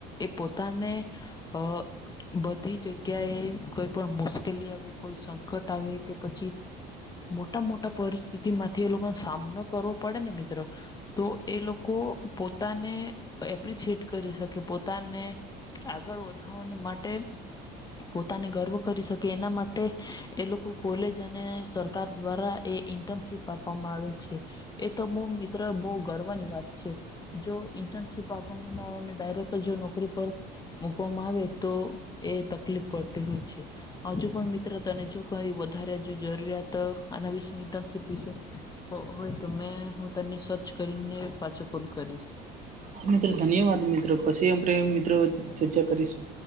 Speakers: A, on the left; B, on the right.
A: એ પોતાને અ બધી <unintelligible> જગ્યા એ કોઈ પણ મુશ્કેલી આવે કોઈ સંકટ આવે કે પછી મોટા મોટા પરિસ્થિતિ માંથી એ લોકોને સામનો કરવો પડે ને મિત્રો તો એ લોકો પોતાને એપ્રિસેટ કરી શકે પોતાને આગળ વધવાને માટે પોતાને ગર્વ કરી શકે એના માટે એ લોકો કોલેજ અને સરકાર દ્વારા એ ઇન્ટર્નશીપ આપવામાં આવે છે, એ તો બહુ મિત્ર બહુ ગર્વની વાત છે. જો ઇન્ટર્નશીપ આપવામાં ના આવે ને ડાયરેક્ટ જ નોકરી પર મૂકવામાં આવે તો એ તકલીફ પડતી હોય છે. હજુ પણ મિત્ર તને જો કઈ વધારે હજુ જરૂરિયાત આના વિશે ઇન્ટર્નશીપ વિશે હોય તો મેં હું તને સર્ચ કરીને પાછો ફોન કરીશ.
B: હા મિત્રો ધન્યવાદ મિત્રો પછી આપણે મિત્રો ચર્ચા કરીશું.